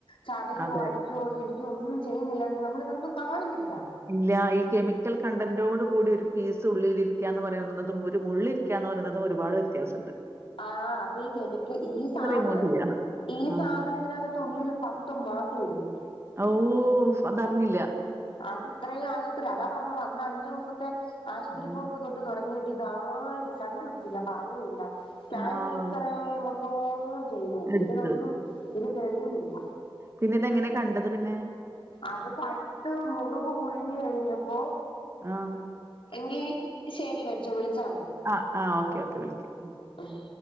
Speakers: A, on the left; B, on the right.
A: ചതയുവോ
B: അതെ.
A: അടി ക്കയോ ഇടിക്കയോ ഒന്നും ചെയ്യുന്നില്ല അതിന് നമ്മൾ ഇതൊന്നും കാണുന്നില്ല
B: ഇല്ല ഈ കെമിക്കൽ കണ്ടന്റോട് കൂടി ഒരു പീസ് ഉള്ളിലിരിക്കാന്ന് പറയുന്നതും ഒരു മുള്ള് ഇരി ക്കാന്ന് പറയുന്നതും ഒരുപാട് വെത്യാസുണ്ട്
A: ആഹ് അപ്പം ഈ കെമിക്ക് ഈ സാധനം
B: റിമൂവ് ചെയ്യാം.
A: ഈ
B: ആഹ്.
A: സാധനം ഇതിനകത്ത് ഉള്ളില് പത്തു മാസം ഇരുന്നു
B: ആവൂ ഫ് അതറിഞ്ഞില്ല
A: അത് ഇത്രയും ആശുത്രി അതാ പറഞ്ഞത് അന്ന് അഞ്ചൂസത്തെ ആശുത്രി
B: ഉം.
A: പോക്ക് തൊ ട്ട് തൊടങ്ങിയിട്ട് ഇതാരും കണ്ടുപിടിച്ചില്ല പറഞ്ഞൂം ഇല്ല സ്കാനിങ്
B: ആഹ്.
A: എക്സറേ മൊ ത്തോം ചെയ്തു
B: എടുത്ത്.
A: ഇതിലൊന്നും ഇത് തെളിയുന്നില്ല
B: പിന്നെ ഇതെങ്ങനെ കണ്ടത് പിന്നെ
A: അത് പഴുത്ത് മുറിവ് കുഴിഞ്ഞ് കഴിഞ്ഞപ്പോ
B: ആഹ്
A: എങ്കി ശെരി വെച്ചോ വിളിച്ചാ മതി
B: ആഹ് ആഹ് ഓക്കെ ഓക്കെ വിളിക്കാം
A: ആഹ്